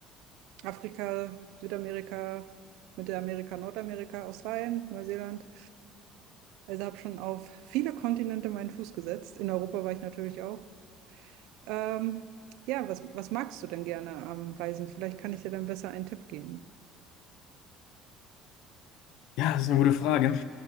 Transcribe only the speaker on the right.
Afrika, Südamerika, Mittelamerika, Nordamerika, Australien, Neuseeland. Also habe schon auf viele Kontinente meinen Fuß gesetzt. In Europa war ich natürlich auch. Ähm, ja, was, was magst du denn gerne am Reisen? Vielleicht kann ich dir dann besser einen Tipp geben.